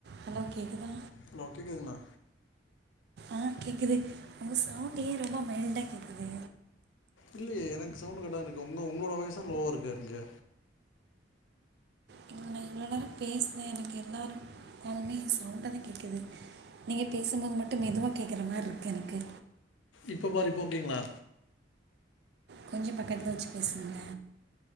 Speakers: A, on the right (about 55°); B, on the left (about 80°).
A: ஹலோ கேக்குதா
B: ஹலோ கேக்குதுங்ளா
A: ஆ கேக்குது ஒங்க சவுண்டே ரொம்ப மைல்டா கேக்குது
B: இல்லயே எனக்கு சவுண்டு கரெக்டா தான இருக்கு ஒங்க ஒங்களோட வாய்சு தா லோவா இருக்கு எனக்கு
A: ங்க நா இவ்ளோ நேர பேசுனே எனக்கு எல்லாரு காலுமே சவுண்டா தா கேக்குது நீங்க பேசும்போது மட்டு மெதுவா கேக்ற மாரி இருக்கு எனக்கு
B: இப்ப பாரு இப்ப அப்டீங்ளா
A: கொஞ்ச பக்கத்ல வெச்சு பேசுங்க